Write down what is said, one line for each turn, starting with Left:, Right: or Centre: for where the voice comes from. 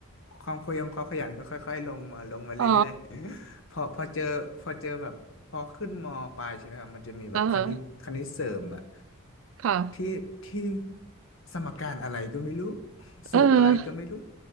Left: ความขยงความขยันก็ค่อยๆลงมาลงมาเรื่อยๆ
Right: อ๋อ
Left: <laughs> พอพอเจอพอเจอแบบพอขึ้นมปลายใช่ไหมครับมันจะมีแบบคณิตคณิตเสริมอะ
Right: อ่าฮะค่ะ
Left: ที่ที่สมการอะไรก็ไม่รู้
Right: เออ
Left: สูตรอะไรก็ไม่รู้